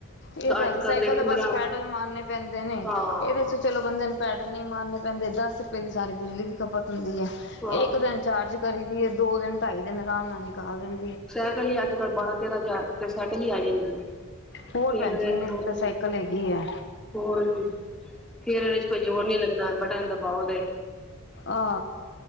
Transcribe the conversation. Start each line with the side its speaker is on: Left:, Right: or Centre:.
Left: ਇਹ ਤਾਂ
Centre: ਅੱਜ
Left: ਹੈ ਕਿ
Centre: ਕੱਲ
Left: ਸਾਈਕਲ ਤੇ
Centre: ਪੰਦਰਾਂ
Left: ਬਸ ਪੈਡਲ ਮਾਰਨੇ ਪੈਂਦੇ ਨੇ
Centre: ਹਾਂ
Left: ਇਹਦੇ ਚ ਚਲੋ ਬੰਦੇ ਨੇ ਪੈਡਲ ਨਹੀਂ ਮਾਰਨ ਪੈਂਦੇ ਦਸ ਰੁਪਏ ਦੀ ਸਾਰੀ ਬਿਜਲੀ ਦੀ ਖਪਤ ਹੁੰਦੀ ਹੈ
Centre: ਹਾਂ
Left: ਇੱਕ ਦਿਨ ਚਾਰਜ ਕਰੀ ਦੀ ਹੈ ਦੋ ਦਿਨ ਢਾਈ ਦਿਨ ਆਰਾਮ ਨਾਲ ਨਿਕਾਲਦੇ ਨੇ
Centre: ਸਾਇਕਲ ਹੀ ਅੱਜ ਕੱਲ੍ਹ ਬਾਰਾਂ ਤੇਰਾਂ ਹਜ਼ਾਰ ਫ ਸਟੀ ਆ ਜਾਂਦੀ ਹੈ <unintelligible>
Left: ਹੋਰ
Centre: ਫੇਰ
Left: ਬੈਣਜੀ ਇਹਨੇ ਦੀ
Centre: ਹੋਰ
Left: ਤਾਂ ਸਾਈਕਲ
Centre: ਕੀ
Left: ਹੈਗੀ ਏ।
Centre: ਹੋਰ ਕੀ ਫੇਰ ਔਰੇ ਚ ਕੋਈ ਜੋੋਰ ਨੀ ਲੱਗਨਾ ਬਟਨ ਦਬ ਬਾਓ ਦੇ
Left: ਆ